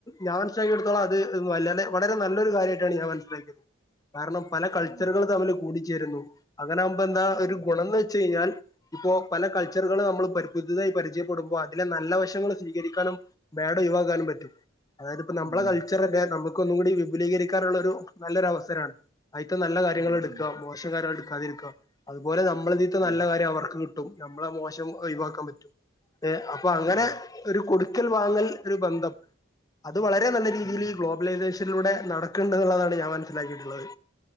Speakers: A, on the left; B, on the right.
A: ഞാൻ ചെയ്തട്ത്തോളം അത് വലരെ വളരെ നല്ല നല്ല ഒരു കാര്യായിട്ടാണ് ഞാൻ മനസ്സിലാക്കിയത് കാരണം പല കൾച്ചറുകളും
B: ഉം
A: തമ്മിൽ കൂടിച്ചേരുന്നു. അങ്ങനെ ആകുമ്പോ എന്താ
B: ഉം
A: ഒരു ഗുണം വെച്ച് കഴിഞ്ഞാൽ ഇപ്പോ പല കൾച്ചറുകളു നമ്മൾ പ പുതുതായി പരിചയപ്പെടുമ്പോ അതിലെ നല്ല വശങ്ങൾ സ്വീകരിക്കാനും പേഡ്‌ ഒയ്‌വാകാനും പറ്റും. അതായത് ഇപ്പം നമ്മളെ
B: ഉം
A: കൾച്ചറല്ലേ നമുക്കൊന്നും കൂടി വിപുലീകരിക്കാനാള്ളൊരു നല്ലൊരു അവസരാണ്. അയിത്തെ നല്ല കാര്യങ്ങൾ
B: ഉം ഉം
A: ഇട്ക്കാ മോശകാര്യം ഇടുക്കാതിര്ക്ക അതുപോലെ നമ്മളതീത്തെ
B: ഉം
A: നല്ല കാര്യം അവർക്ക് ട്ടും നമ്മളെ മോശം ഒഴിവാക്കാൻ പറ്റോ ഏ അപ്പൊ അങ്ങനെ
B: ഉം
A: ഒരു കൊടുക്കൽ വാങ്ങൽ ഒര് ബന്ധം അത് വളരെ നല്ല രീതിയിൽ
B: ഉം
A: ഈ ഗ്ലോബലൈസേഷനിലൂടെ നടക്ക്ണ്ട് എന്ന്ള്ളതാണ് ഞാൻ മനസ്സിലാക്കിട്ട്ള്ളത്.